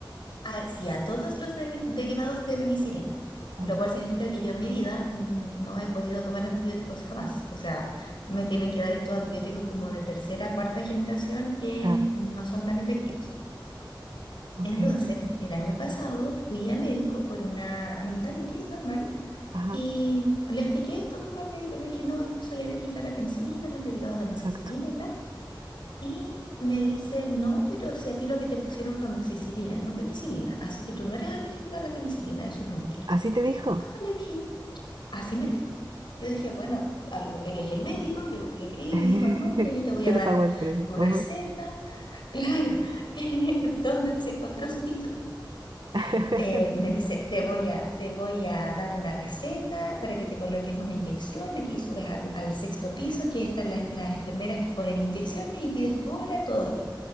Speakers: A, on the left (about 70°); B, on the right (about 60°).
A: hacia todos los deri- derivados de penicilina,
B: Oh,
A: lo cual significa que yo en mi vida mm, no he podido tomar antibióticos jamás. O sea, me tienen que dar estos antibióticos como de tercera, cuarta generación que
B: claro,
A: no son tan efectivos.
B: ok.
A: Entonces, el año pasado fui a médico por una amigdalitis normal
B: Ajá,
A: Y le expliqué esto mismo al médico, le dije, no, yo soy alérgica a la penicilina, los derivados de amoxicilina
B: exacto.
A: y tal. Y me dice, no, pero si a ti lo que te pusieron fue amoxicilina, no penicilina, así que tú no eres alérgica a la penicilina, eso es mentira.
B: ¿Así te dijo?
A: Ah, le dije, yo. así me dijo. Yo dije, bueno, a lo- él es el médico, yo le creí,
B: <laughs>
A: me dijo, no, mira, yo te voy
B: Yo
A: a
B: le
A: dar
B: pago a él por eso.
A: tu
B: Ajá.
A: receta. <laughs> Claro, <laughs> ¿dónde se encontró su título?
B: <laughs>
A: eh, me dice, te voy a, te voy a dar una receta para que te coloques una inyección, aquí subes al, al sexto piso, aquí están las, las enfermeras que ponen inyecciones y pides tu hora, todo bien.